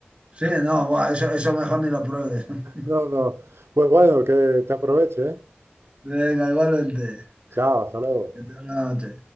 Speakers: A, on the right; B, on the right.
A: Sí, no, buah, eso, eso mejor ni lo pruebes. <laughs>
B: No, no. Pues bueno, que te aproveche, ¿eh?
A: Venga, igualmente.
B: Chao, hasta luego.
A: Que tengas buena noche.